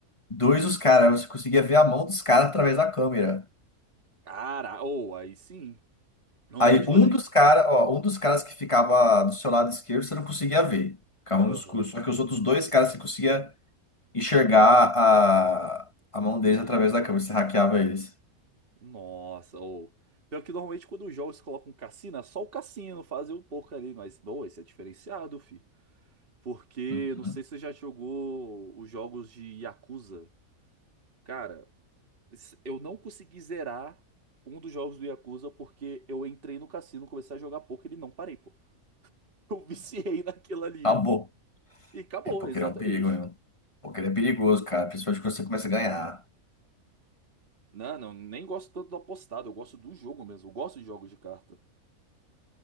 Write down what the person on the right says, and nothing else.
Cara, ou aí sim. Normalmente
quando ele.
Aham.
Nossa, ou. Pior que normalmente quando os jogos colocam cassino, é só o cassino fazer um pouco ali. Mas, bom, esse é diferenciado, fi. Porque,
não sei se você já jogou os jogos de Yakuza. Cara, s- eu não consegui zerar um dos jogos do Yakuza porque eu entrei no cassino, comecei a jogar poker e não parei, pô. <laughs> Eu viciei naquilo ali.
E acabou,
exatamente.
Não, não, nem gosto tanto do apostado, eu gosto do jogo mesmo, eu gosto de jogos de carta.